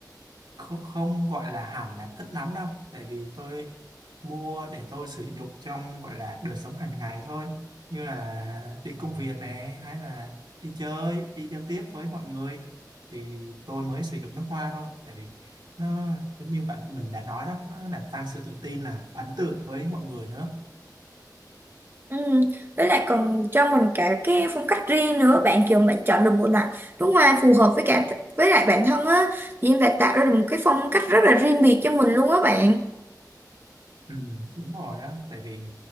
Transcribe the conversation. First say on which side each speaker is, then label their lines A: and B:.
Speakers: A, on the right; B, on the right.
A: không, không gọi là hẳn là thích lắm đâu tại vì tôi mua để tôi sử dụng trong gọi là đời sống hàng ngày thôi như là đi công việc này hay là đi chơi đi giao tiếp với mọi người thì tôi mới sử dụng nước hoa thôi tại vì nó giống như bạn mình đã nói đó nó làm tăng sự tự tin là ấn tượng với mọi người nữa
B: Ừ. Với lại còn cho mình cả cái phong cách riêng nữa bạn kiểu bạn chọn được một loại đúng hoa phù hợp với cả với lại bản thân á thì em đã tạo ra được một cái phong cách rất là riêng biệt cho mình luôn á bạn
A: Ừ, đúng rồi á tại vì